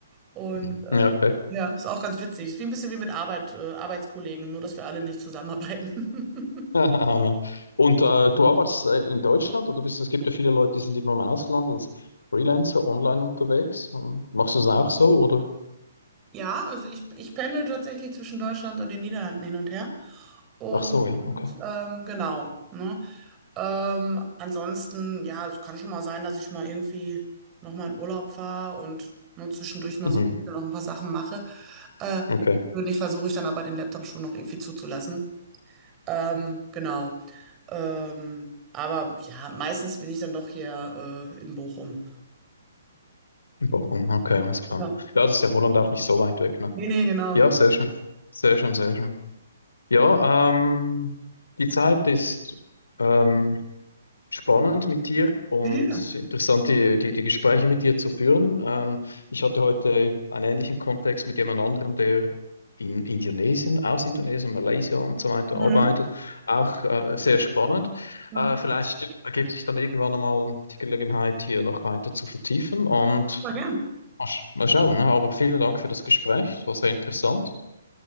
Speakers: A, on the right; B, on the left.
A: Und
B: Mhm. Ja, okay.
A: ja, ist auch ganz witzig. Ist wie ein bisschen wie mit Arbeit, äh, Arbeitskollegen, nur dass wir alle nicht zusammenarbeiten. <laughs>
B: <laughs> Und äh, du arbeitest äh, in Deutschland oder bist, es gibt ja viele Leute, die sind immer im Ausland als Freelancer online unterwegs. Und machst du es auch so oder?
A: Ja, also ich, ich pendel tatsächlich zwischen Deutschland und den Niederlanden hin und her. Und
B: Ach so, ja, okay.
A: ähm, genau, ne? Ähm, ansonsten, ja, es kann schon mal sein, dass ich mal irgendwie nochmal in Urlaub fahre und nur zwischendurch mal
B: Mhm.
A: so ein bisschen noch ein paar Sachen mache. Äh,
B: Okay.
A: persönlich versuche ich dann aber den Laptop schon noch irgendwie zuzulassen. Ähm, genau. Ähm, aber ja, meistens bin ich dann doch hier äh, in Bochum.
B: In Bochum, okay, alles klar.
A: Ja.
B: Ja, das ist ja Holland auch nicht so weit weg, ne?
A: Nee, nee, genau.
B: Ja, sehr schön. Sehr schön, sehr schön. Ja, ähm, die Zeit ist ähm, spannend mit dir und
A: Ja.
B: interessant, die, die, die Gespräche mit dir zu führen. Ähm, ich hatte heute einen ähnlichen Kontext mit jemand anderem, der in Indonesien, aus Indonesien, Malaysia und so weiter
A: Mhm.
B: arbeitet. Auch äh, sehr spannend.
A: Mhm.
B: Äh, vielleicht ergibt sich dann irgendwann einmal die Gelegenheit, hier noch weiter zu vertiefen und
A: Voll gern.
B: mal, sch mal schauen. Ne? Aber vielen Dank für das Gespräch. Es war sehr interessant.